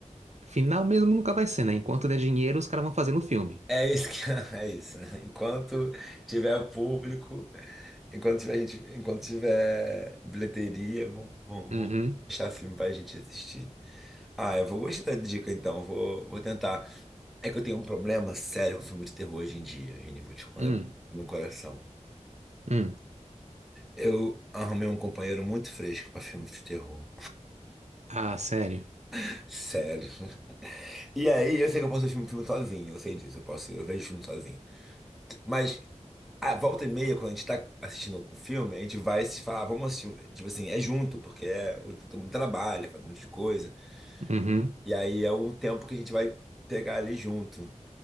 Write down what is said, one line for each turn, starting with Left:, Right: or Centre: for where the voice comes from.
Right: final mesmo nunca vai ser, né? Enquanto der dinheiro, os caras vão fazendo o filme.
Centre: É isso que <laughs> é isso, né? Enquanto tiver público, enquanto tiver gente, enquanto tiver bilheteria, vão, vão,
Right: Uhum,
Centre: vão deixar filme pra gente assistir. Ah, eu vou gostar da dica então, vou, vou tentar. É que eu tenho um problema sério com filme de terror hoje em dia, Vini, vou te contar
Right: hum,
Centre: do meu coração.
Right: hum.
Centre: Eu arrumei um companheiro muito fresco pra filme de terror.
Right: Ah, sério?
Centre: <laughs> Sério. E aí, eu sei que eu posso assistir um filme sozinho, eu sei disso, eu posso, eu vejo filme sozinho. Mas a volta e meia, quando a gente tá assistindo um filme, a gente vai se falar, "Ah, vamos assistir. um-" Tipo assim, é junto, porque é, o- todo mundo trabalha, faz um monte de coisa.
Right: Uhum,
Centre: E aí é um tempo que a gente vai pegar ali junto.